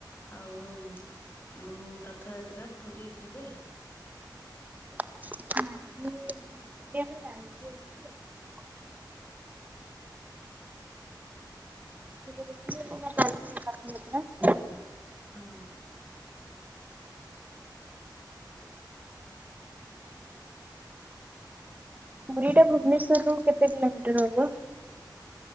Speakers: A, on the left; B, on the right.
A: ଆଉ ଉଁମ୍ ରଥଯାତ୍ରା ରେ ପୁରୀ ଯିବେ?
B: <unintelligible>
A: <inaudible>
B: <unintelligible>
A: ହଁ।
B: ପୁରୀଟା ଭୁବନେଶ୍ୱର ରୁ କେତେ କିଲୋମିଟର ହବ?